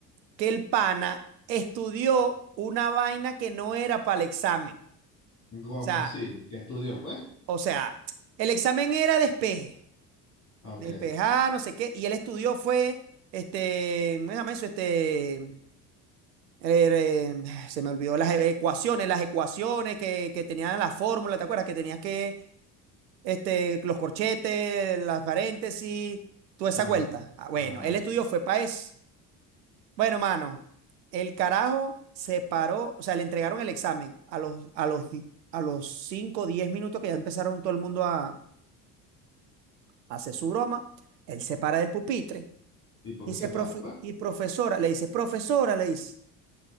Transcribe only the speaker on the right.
que el pana estudió una vaina que no era para el examen. O
sea,
o sea, el examen era despeje.
despejar, no sé qué. Y él estudió, fue, este, ¿cómo se llama eso? Este, eh, eh, se me olvidó las e- ecuaciones, las ecuaciones que, que tenían la fórmula, ¿te acuerdas? Que tenías que, este, los corchetes, las paréntesis, toda esa
vuelta. Ah, bueno,
él estudió, fue para eso. Bueno, mano, el carajo se paró, o sea, le entregaron el examen a los, a los, di- a los 5 o 10 minutos que ya empezaron todo el mundo a, a hacer su broma. Él se para del pupitre
Dice,
"Profe-
y profesora, le dice, profesora, le dice,